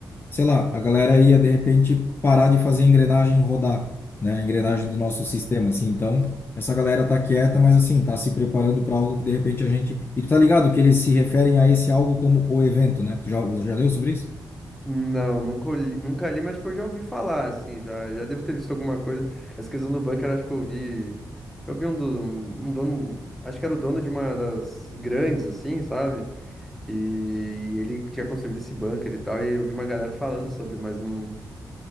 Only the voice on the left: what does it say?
sei lá, a galera ia, de repente, parar de fazer a engrenagem rodar, né? A engrenagem do nosso sistema, assim. Então, essa galera tá quieta, mas, assim, tá se preparando para algo que, de repente, a gente... E tu tá ligado que eles se referem a esse algo como o evento, né? Tu já, já leu sobre isso?